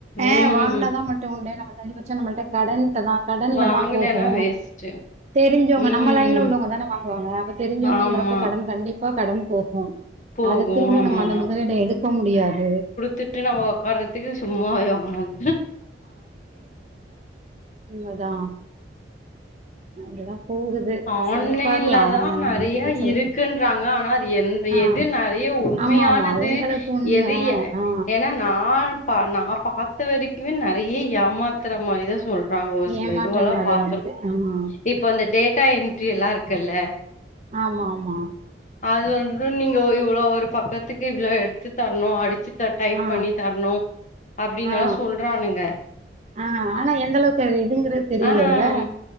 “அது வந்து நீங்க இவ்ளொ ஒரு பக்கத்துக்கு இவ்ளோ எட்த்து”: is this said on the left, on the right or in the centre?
Left